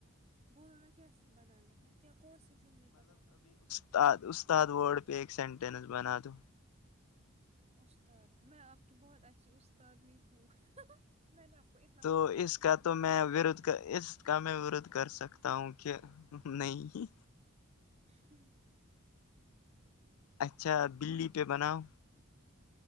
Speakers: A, on the right; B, on the left.
A: بولو نا کیسے بنانے ہیں کیا کون سے جملے بنانے ہیں
B: اسد استاد ورڈ پہ ایک سینٹینس بنا دو
A: استاد میں آپ کی بہت اچھی استادنی ہوں میں نے آپ کو ا
B: تو اس کا تو میں ورھ کر اس کا میں ورھ کر سکتا ہوں کہ نہیں
A: ہوں
B: اچھا اب بلی پہ بناؤ